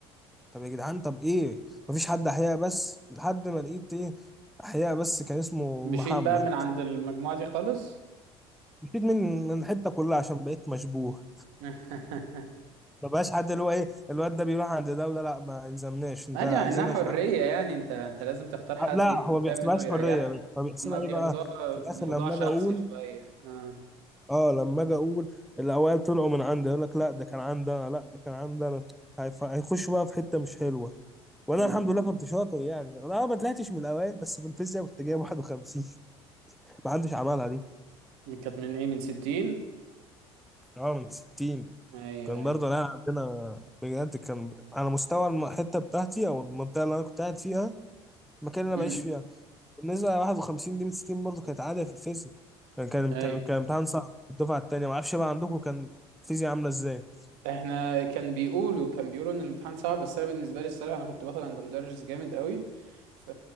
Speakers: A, in the centre; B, on the right.
A: طب يا جدعان طب ايه مفيش حد احياء بس لحد ما لقيت ايه احياء بس كان اسمه
B: مشيت
A: محمد
B: بقى من عند المجموعه دي خالص
A: مشيت من من حته كلها عشان بقيت مشبوه
B: <laughs>
A: ما بقاش حد اللي هو ايه الواد ده بيروح عند ده وده لا ما يلزمناش انت
B: ما
A: عايزينك
B: دي مع انها حرية
A: معانا
B: يعني انت انت لازم تختار حد
A: لا
B: يكون
A: هو ما بيحسبهاش
B: فاهم منه يريحك
A: حريه بس هو بيحسبها
B: هما بياخدوها
A: ايه بقى في
B: بموضوع
A: الاخر لما
B: شخصي
A: اجي اقول
B: شوية اه
A: اه لما اجي اقول الاوائل طلعوا من عندي يقول لك لا ده كان عندنا لا ده كان عندنا هيف- هيخش بقى في حته مش حلوه وانا
B: امم
A: الحمد لله كنت شاطر يعني انا اه ما طلعتش من الاوائل بس في الفيزياء كنت جايب 51 ما حدش عملها دي
B: كانت من ايه من ستين
A: اه من 60
B: ايوه
A: كان
B: ايوه
A: برضه انا عندنا بجد كان على مستوى الحته بتاعتي او المنطقه اللي انا كنت قاعد فيها المكان اللي انا
B: امم
A: بعيش فيها بالنسبة ل 51 دي من 60 برضه كانت عادة في الفيزياء يعني كان امتحان
B: ايوه
A: كان امتحان صعب الدفعة التانية معرفش بقى عندكم كان الفيزياء عاملة ازاي
B: احنا كان بيقولوا كان بيقولوا ان الامتحان صعب بس انا بالنسبة لي الصراحة انا كنت باخد عند مدرس جامد قوي ف